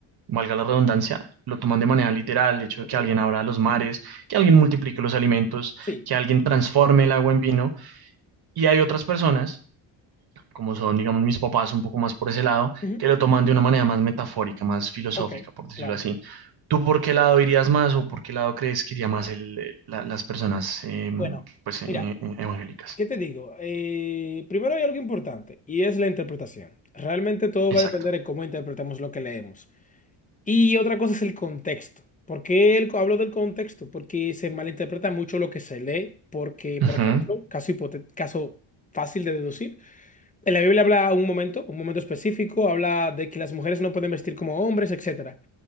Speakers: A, on the right; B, on the left.
A: valga la redundancia, lo toman de manera literal, el hecho
B: ok.
A: de que alguien abra los mares, que alguien multiplique los alimentos,
B: Sí.
A: que alguien transforme el agua en vino. Y hay otras personas, como son, digamos, mis papás un poco más por ese lado,
B: Ujú.
A: que lo toman de una manera más metafórica, más filosófica,
B: Ok,
A: por decirlo
B: claro.
A: así. ¿Tú por qué lado irías más o por qué lado crees que iría más el- la- las personas eh,
B: Bueno,
A: pues, eh,
B: mira,
A: eh, evangélicas?
B: ¿qué te digo? Eh, primero hay algo importante y es la interpretación. Realmente todo va
A: Exacto.
B: a depender de cómo interpretamos lo que leemos. Y otra cosa es el contexto. ¿Por qué el- hablo del contexto? Porque se malinterpreta mucho lo que se lee, porque, por
A: Ujú,
B: ejemplo, caso, hipote- caso fácil de deducir, en la Biblia habla un momento, un momento específico, habla de que las mujeres no pueden vestir como hombres, etcétera.